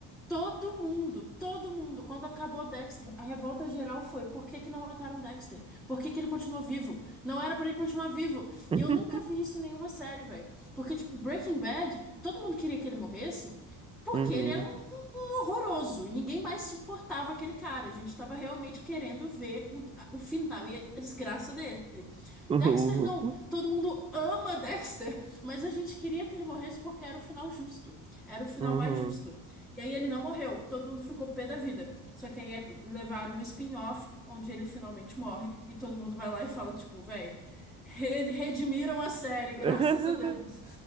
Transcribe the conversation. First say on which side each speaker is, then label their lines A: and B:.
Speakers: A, in the centre; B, on the right.
A: Todo mundo, todo mundo, quando acabou Dexter, a revolta geral foi: por que que não mataram Dexter? Por que que ele continuou vivo? Não era pra ele continuar vivo.
B: <laughs>
A: E eu nunca vi isso em nenhuma série, velho. Porque, tipo, Breaking Bad, todo mundo queria que ele morresse porque
B: Uhum,
A: ele era um um um horroroso. E ninguém mais suportava aquele cara. A gente tava realmente querendo ver o, a- o final e a desgraça dele.
B: uhum,
A: Dexter não. Todo mundo ama Dexter, mas a gente queria que ele morresse porque era o final justo. Era o final
B: uhum.
A: mais justo. E aí ele não morreu. Todo mundo ficou pé da vida. Só que aí é- levaram um spin-off onde ele finalmente morre e todo mundo vai lá e fala, tipo, véi. re- Redimiram a série,
B: <laughs>
A: graças a Deus.